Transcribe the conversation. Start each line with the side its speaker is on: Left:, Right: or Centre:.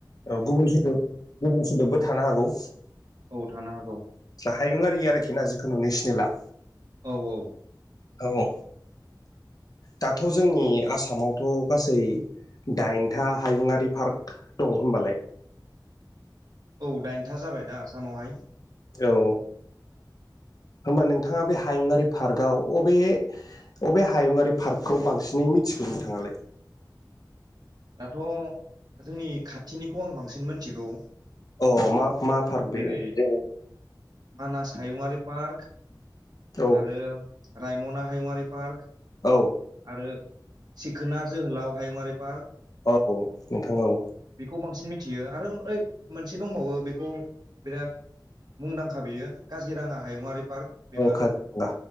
Left: औ गुबुन सोद गुबुन सोदोबबो थानो हागौ।
Right: औ थानो हागौ
Left: हायुंआि आरोखि ना जिखुनु नेसनेला।
Right: औ औ।
Left: औ औ दाथ' जोंनि आसामावथ' गासै दाइनथा हायुङारि पार्क दं होनोमबालाय।
Right: औ दाइनथा जाबाय दा आसामावहाय।
Left: औ होनबा नोंथाङा बे हायुंङारि पार्कआव अबे अबे हायुङारि पार्कखौ बांसिनै मिथिगौ नोंथाङालाय?
Right: दाथ' जोंनि खाथिनिखौ आं बांसिन मोनथिगौ।
Left: अ मा मा पार्क
Right: जेरै
Left: बेयो? <unintelligible>
Right: मानास हायुङारि पार्क
Left: औ
Right: आरो रायमना हायुङारि पार्क
Left: औ।
Right: आरो सिखोना जोहोलाव हायंङारि पार्क।
Left: औ नोंथां औ।
Right: बेखौ बांसिन मिथियो आरो ओय मोनसे दंबावो बेखौ बिराद मुंदांखा बेयो काजिरङा हायुङारि पार्क। बेबो
Left: औ काजिरगा